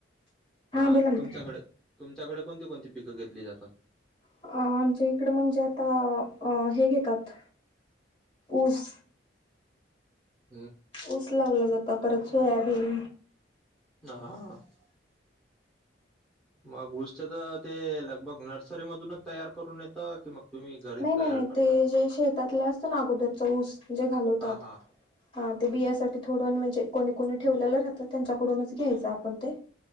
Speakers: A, in the centre; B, on the left.
A: हा
B: बोला ना
A: तुमच्याकडे तुमच्याकडे कोणती कोणती पिकं घेतली ज आपात
B: अ आमच्या इकड म्हणजे आता हे घेतात ऊस
A: ह
B: ऊस लावला जात परत सोयाबीन
A: ह मग गुष्ट तर ते लगभग नर्सरी मधूनच तयार करून येतं कि मग तुम्ही घरीच
B: नाही नाही
A: तयार
B: नाही
A: करता?
B: ते जे शेतातले असत ना अगोदरचा ऊस जे घालवतात
A: हा हा.
B: ते बियाठी थोडं म्हणजे कोणी कोणी ठेवलेलं राहतं त्यांच्याकडूनच घ्यायचं आपण ते